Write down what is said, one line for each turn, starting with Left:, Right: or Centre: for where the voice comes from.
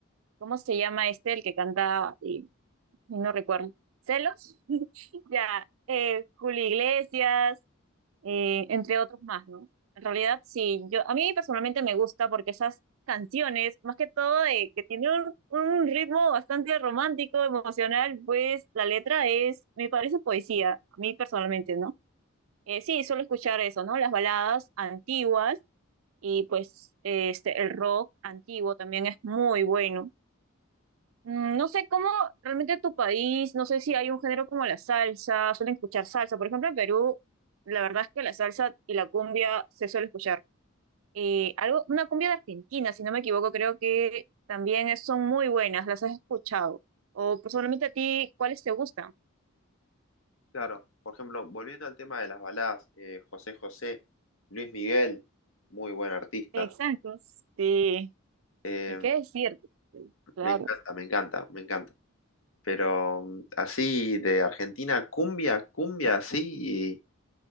Right: ¿cómo se llama este el que canta? Y, no recuerdo. ¿Celos? <laughs> Ya, eh, Julio Iglesias, eh, entre otros más, ¿no? En realidad, sí, yo, a mí personalmente me gusta porque esas canciones, más que todo, eh, que tiene un, un ritmo bastante romántico, emocional, pues la letra es, me parece poesía, a mí personalmente, ¿no? Eh, sí, suelo escuchar eso, ¿no? Las baladas antiguas y pues eh, este, el rock antiguo también es muy bueno. Mm, No sé cómo realmente tu país, no sé si hay un género como la salsa, suelen escuchar salsa. Por ejemplo, en Perú, la verdad es que la salsa y la cumbia se suele escuchar. Eh, algo, una cumbia de Argentina, si no me equivoco, creo que también es- son muy buenas, las has escuchado. O personalmente a ti, ¿cuáles te gustan?
Left: Claro, por ejemplo, volviendo al tema de las baladas, eh, José José, Luis Miguel, muy buen artista.
Right: Exacto, sí.
Left: Eh,
Right: ¿Y qué decirte? Claro.
Left: me encanta, me encanta, me encanta. Pero mm, así de Argentina, cumbia, cumbia, así,